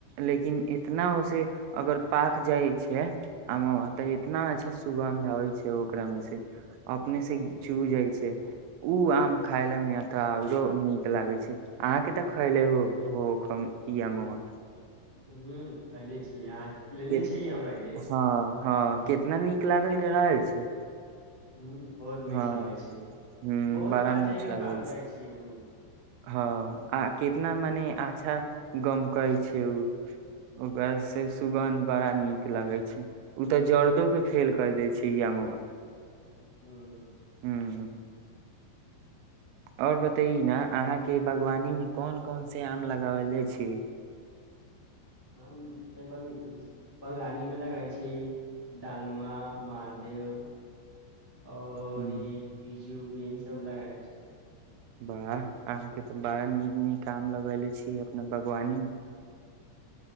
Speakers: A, on the right; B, on the left.
A: लेकिन इतना ओसे अगर पाक जाइ छै आवमा तऽ इतना अच्छा सुगन्ध आवै छै ओकरा मे से अपने से
B: ह
A: चू जाइ छै उ आम खाय ल मे तऽ आऔरो नीक लागे छै अहाँ के तऽ खैले हो हो इ अमुआ
B: हुं खले छीय अहाँके खिले
A: केत
B: छ हमरा के
A: हँ हँ केितना नीक लागल ले रहल छै
B: ह बहुत मीठ
A: हँ
B: लागै छै
A: ह
B: बहुत
A: बड़ा
B: काजैयो
A: मीठ लागल
B: पाक जाइ
A: छै
B: छी उ
A: हँ आ कितना मने अच्छा गमकै छै उ ओकर से सुगन्ध बड़ा नीक लगै छै उ तऽ जर्दो के फेल कर दै छै य यमुआं
B: हू
A: हू हू और बतई न अहाँ के बागवानी में कौन कौन से आम लगवेले छी
B: ह नहि भागी <unintelligible> बगानी मे लगाई छी डालमा मालदेव आओर
A: हूँ
B: यह बीजू यह सब लगए छी
A: वाह अहाँ के तऽ बड़ा नीक नीक काम लगैले छी अपना बागवानी